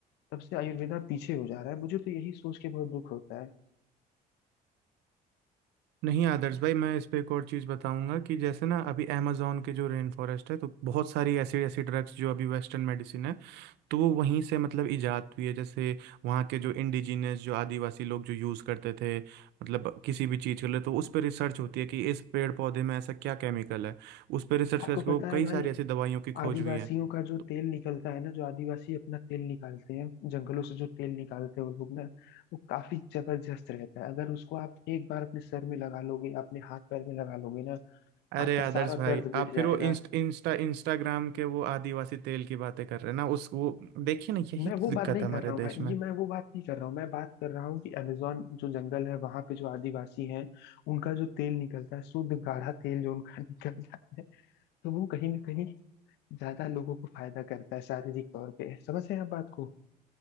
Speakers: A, on the left; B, on the right.
A: तब से आयुर्वेदा पीछे हो जा रहा है मुझे तो यही सोच के बहुत दुख होता है
B: नहीं आदर्श भाई मैं इस पे एक और चीज़ बताऊंगा कि जैसे ना अभी अमेजोन के जो रेन फॉरेस्ट है तो बहुत सारी ऐसी ऐसी ड्रग्स जो अभी वेस्टर्न मेडिसिन है तो वो वहीं से मतलब इजाद हुई है जैसे वहाँ के जो इंडिजिनियस जो आदिवासी लोग जो यूज़ करते थे मतलब किसी भी चीज़ के लिए तो उस पर रिसर्च होती है कि इस पेड़ पौधे में ऐसा क्या केमिकल है उस पर रिसर्च
A: आपको
B: करके
A: पता
B: वो कई
A: है भाई
B: सारी ऐसी दवाइयों की खोज
A: आदिवासियों
B: हुई है
A: का जो
B: तो-
A: तेल निकलता है ना जो आदिवासी अपना तेल निकालते हैं जंगलों से जो तेल निकालते हैं वो लोग ना वो काफी जबरदस्त रहता है अगर उसको आप एक बार अपने सर में लगा लोगे अपने हाथ पैर में लगा लोगे ना
B: अरे
A: आपका
B: आदर्श
A: सारा
B: भाई
A: दर्द
B: आप
A: मिट जाएगा
B: फिर वो इंस्ट, इंस्टा इंस्टाग्राम के वो आदिवासी तेल की बातें कर रहे हैं ना उस वो देखिए ना यही
A: मैं
B: तो
A: वो
B: दिक्कत
A: बात नहीं
B: है
A: कर
B: हमारे
A: रहा हूँ भाई
B: देश में
A: ये मैं वो बात नहीं कर रहा हूँ मैं बात कर रहा हूँ कि अमेजोन जो जंगल है वहां पे जो आदिवासी हैं उनका जो तेल निकलता है शुद्ध गाढ़ा तेल जो उनका <laughs> निकलता है तो वो कहीं ना कहीं ज्यादा लोगों को फायदा करता है शारीरिक तौर पे समझ रहे हैं आप बात को